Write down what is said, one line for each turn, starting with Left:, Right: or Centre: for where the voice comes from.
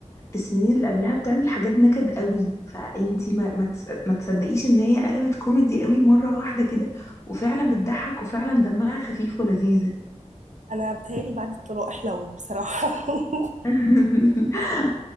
Left: السنين اللي قبلها بتعمل حاجات نكد قوي فانتي ما ما تس- ما تصدقيش ان هي قلبت كوميدي قوي مرة واحدة كده وفعلا بتضحك وفعلا دمها خفيف ولذيذة
Right: انا بتهيألي بعد الطلاق حلوت بصراحة <laughs>
Left: <laughs>